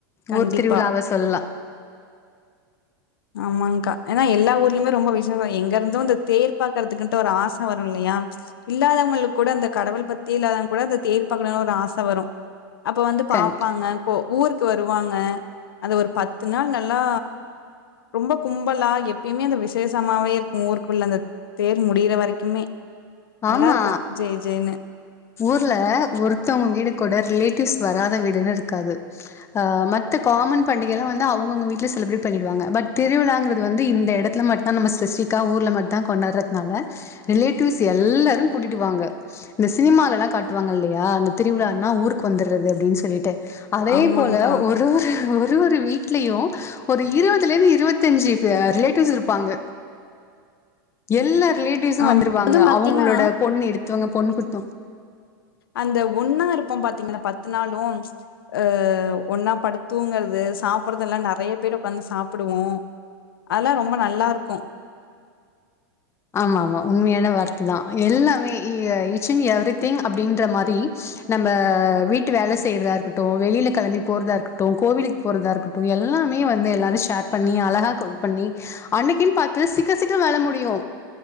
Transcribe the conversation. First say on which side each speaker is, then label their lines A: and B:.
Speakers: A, on the left; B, on the left.
A: கண்டிப்பா
B: ஊர் திருவிழாவ சொல்லா
A: ஆமாங்க்கா ஏன்னா எல்லா ஊர்லயுமே ரொம்ப விசேசம் எங்க இருந்தோ இந்த தேர் பாக்கறதுக்குன்ட்டு ஒரு ஆச வரும் இல்லையா இல்லாதவங்களுக்கு கூட அந்த கடவுள் பக்தியே இல்லாதவங்க கூட அந்த தேர் பாக்கணும்னு ஒரு ஆச வரும். அப்ப வந்து பாப்பாங்கன்னு
B: கண்
A: போ ஊரு க்கு வருவாங்க அது ஒரு பத்து நாள் நல்லா ரொம்ப கும்பலா எப்பியுமே அந்த விசேஷமாவே இருக்கும் ஊருக்குள்ள அந்த தேர் முடிற வரைக்குமே நல்லா
B: ஆமா
A: இருக்கு ஜே ஜேன்னு
B: ஊர்ல ஒருத்தவங்க வீடு கூட ரிலேட்டிவ்ஸ் வராத வீடுன்னு இருக்காது மத்த காமன் பண்டிகைல்லா வந்து அவுங்க அவுங்க வீட்ல செலிபெரேட் பண்ணிருவாங்க பட் திருவிழான்றது இந்த எடத்துல மட்டும் தா நம்ம ஸ்பெஷிஃபிக்கா ஊர்ல மட்டும் தா கொண்டாரதுனால ரிலேடிவ்ஸ் ஷே எல்லாரும் கூட்டிட்டு வாங்க இந்த சினிமால எல்லாம் காட்டுவாங்க இல்லையா அந்த திருவிழானா ஊருக்கு வந்துறது அப்பிடின்னு சொல்லிட்டு அதே
A: ஆமாங்க்கா
B: போல ஒரு ஒரு ஒரு ஒரு ஒரு வீட்லயும் ஒரு இருபதுல இருந்து இருபத்தி அஞ்சு ரிலேட்டிவ்ஸ் இருப்பாங்க எல்லார ப்ளே டிஸ்ஸு
A: ஆமா
B: வந்துரு
A: அதுவு
B: ங்க
A: பாத்தீங்கன்னா
B: அவுங்களோட பொண் இது மத்துவாங்க பொண்ணு குடுத்தோம்
A: அந்த ஒன்னா இருப்போம் பாத்தீங்கன்னா பத்து நாளும் ஆ ஒன்னா படுத்தூங்கறது சாப்பிறதுல்லாம் நறைய பேர் ஓக்காந்து சாப்பிடுவோம் அதெல்லாம் ரொம்ப நல்லா இருக்கோ
B: ஆமா ஆமா உண்மையான வார்த்ததான் எல்லாமே ஈச் அண்ட் எவ்ரி திங் அப்பிடின்ற மாரி நம்ம வீட்டு வேல செய்யறதா இருக்கட்டும் வெளியில களம்பி போறதா இருக்கட்டும் கோவிலுக்கு போறதா இருக்கட்டும் எல்லாமே வந்து எல்லாரும் ஷேர் பண்ணி அழகா கோல் பண்ணி அன்னிக்குன்னு பாத்து சீக்கர சீக்கர வேல முடியோ